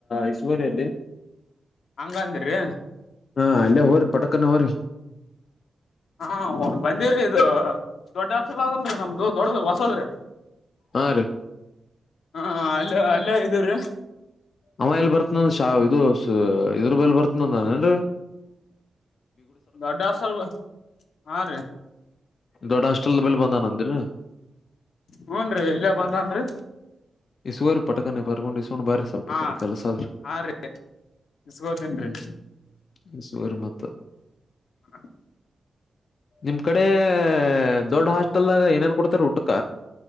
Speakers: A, on the left; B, on the left.
A: ಇಸುವರಿ ಅಲ್ಲಿ
B: ಹಂಗಂದ್ರಿ
A: ಹಾ ಅಲ್ಲ ಹೋರಿ ಪಟಕನ ಹೋರಿ
B: ಹಾ ಹ ಬಂಡೇರ ಇ ದೊಡ್ಡ ಹಸಲ್ ಆಗಲ್ರರಿ ನಮ್ದು ದೊಡ್ಡ ಹೊಸದ್ರೆ
A: ಹಾ ರೀ
B: ಹಾ ಅಲ್ಲ ಅಲ್ಲ ಇದವ್ರ
A: ಅಮ್ಮ ಎಲ್ಲಿ ಬರ್ತನಂದ ಶಾವ ಇದು ಇದ್ರ ಬಲ್ ಬರ್ತನಂದ ಏನ್ರಿ
B: ಬಡಾ ಹಾಸ್ಟೆಲ್ ಹಾ ರೀ
A: ದೊಡ್ಡ ಹಸ್ಟಲ್ ಬೆಲ್ಬಂದ ನ ಅಂದರ
B: ಹೂನ್ ರೀ ಇಲ್ಲೇ ಬಂದನ್ರಿ
A: ಇಸುವರು ಪಟಕನ್ನೇ ಪರ್ಕೊಂಡು ಇಸಕೊಂಡು ಬೇರೆ ಸ್ವಲ್ಪ
B: ಹಾ
A: ಕಡೆ ಕೆಲಸಾದ್ರೆ
B: ಹಾ ರೀ ಇಸ್ಕೋತೀನ್ರಿ
A: ಹ್ಮ್ ಹ್ಮ್ ಸುರ ಮತ್ತ
B: ಹ್ಮ
A: ನಿಮ್ ಕಡೆ ದೊಡ್ಡ ಹಾಸ್ಟೆಲ್ ಮತ್ತಲಗ ಏನೇನ್ ಕೊಡ್ತಾರ ಊಟಕ